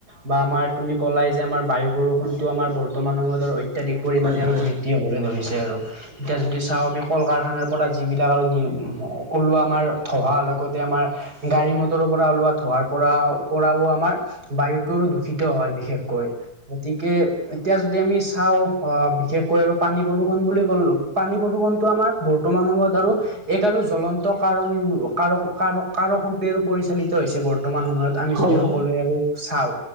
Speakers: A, on the right; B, on the right.
A: বা আমাৰ তুমি ক'লাই যে আমাৰ বায়ু প্ৰদূষণটো আমাৰ বৰ্তমান সময়ৰ অত্যাধিক পৰিমাণে
B: হয়
A: আৰু
B: হয়
A: বৃদ্ধি হবলৈ ধৰিছে আৰু। এতিয়া যদি চাওঁ আমি কল কাৰখানাৰ পৰা যিবিলাক আৰু নি ম ওলোৱা আমাৰ ধোঁৱাৰ লগতে আমাৰ গাড়ী মটৰৰ পৰা ওলোৱা ধোঁৱাৰ পৰাও পৰাও আমাৰ বায়ুটো দূষিত হয়। বিশ শেষকৈ। গতিকে এতিয়া যদি আমি চাওঁ অ বিশেষকৈ আৰু পানী প্ৰদূৰ্ষণ বুলি কলো পানী প্ৰদূষণটো আমাৰ বৰ্তমান সময়ত আৰু এক আৰু জ্বলন ত কাৰণ কাৰ- কাৰ- কাৰকৰূপে আৰু পৰিচালিত হৈছে বৰ্তমান সময়ত। আমি
B: হয়
A: যদি সকলোৱে আৰু চাওঁ।